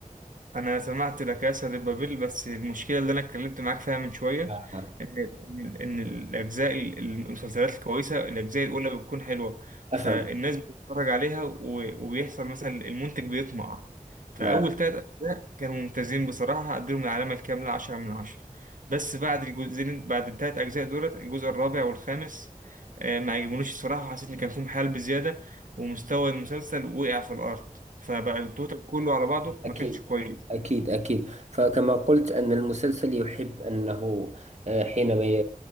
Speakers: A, on the right; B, on the right.
A: انا سمعت لا كاسا دي بابيل بس المشكله اللي انا اتكلمت معاك فيها من شويه
B: آه،
A: ان ان ان الاجزاء ال- المسلسلات الكويسه الاجزاء الاولى بتكون حلوه
B: أفهم
A: فالناس بتتفرج عليها و- وبيحصل مثلا المنتج بيطمع فاول
B: نعم
A: ثلاث اجزاء كانوا ممتازين بصراحه اديهم العلامه الكامله 10 من 10 بس بعد الجزئين بعد الثلاث اجزاء دولت الجزء الرابع والخامس آه، ما عجبونيش الصراحه حسيت ان كان فيهم حال بزياده ومستوى المسلسل وقع في الارض فبقى التوتال كله على بعضه ما
B: أكيد
A: كانش كويس
B: أكيد أكيد فكما قلت أن المسلسل يحب أنه آه، حينما ي-